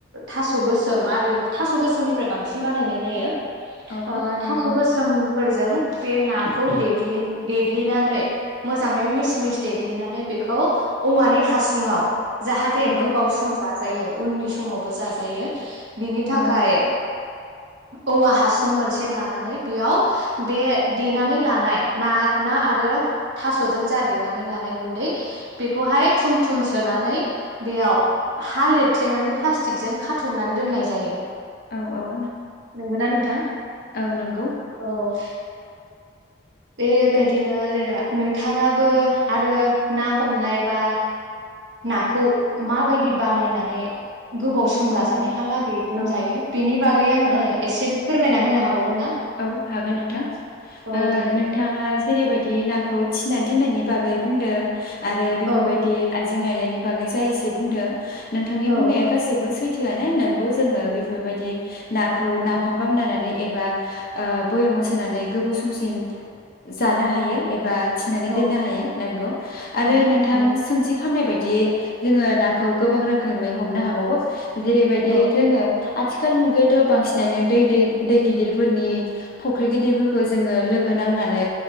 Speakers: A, on the right (about 65°); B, on the left (about 50°).
A: थास' गोसोम आरि इनि थास' गोसोमनिफ्राय बांसिन बानायनाय जायो
B: औ
A: ओ
B: नंगौ
A: थास' गोसोम फोरजों बे नाखौ देग्लिनानै मोजाङै मिस मिस देग्लिनानै बेखौ औवानि हासुङाव जाहाथे
B: औ
A: गोबाव सम जाग जायो उननि समावबो जाजायो बिनि थाखाय
B: औ
A: औवा हासुं मोनसे से लानानै बेयाव बे देनानै लानाय ना ना आरो थास'जों जा देनानै लानाय गुन्दै बेखौहाय थुम थुम सोनानै बेयाव हा लिरथेनानै प्लास्टिकजों खाथबनान दोननाय जायो
B: औ औ
A: नंगौ ना नोंथां
B: औ नोंगौ
A: अ ओ बेबायदिनो जेनेबा नोंथाङाबो आरो ना हमनाय बा नाखौ माबायदि बानायनानै गोबाव सम
B: औ
A: जाजानायहालागै
B: औ
A: दोनजायो
B: औ
A: बेनि बागै आंनो
B: औ
A: एसे फोरमायना होनो हाबावगोन ना
B: औ हागोन नोंथां
A: औ
B: ओ
A: दे नों
B: नोंथाङा जेरैबायदि नाखौ थिना दोननायनि बागै बुंदों आरो बेफोरबायदि
A: औ
B: आयज जें-आइलायनि बागै जा एसे बुंदों नोंथांनि
A: औ
B: बुंनाया गासिबो सैथ सैथोआनो नोंगौ ज जोङो बेफोरबायदि नाखौ नाफाम बामनायनानै एबा ओ भयामाव सोनानै गोबाव समसिम जानो हायो एबा थिनानै
A: औ
B: दोननो हायो नोंगौ
A: औ
B: आरो नोंथां
A: औ
B: सोंथि खामनाय बायद दि जोङो नाखौ गोबां रोखोमै हमनो हाबावो। जेरैबायदियै
A: औ
B: जोङो आथिखाल मुगायावथ' बांसिनानो दै दै दै गिदिर फोरनि फुख्रि गिदिरफोरखौ जोङो लोगो नांनानै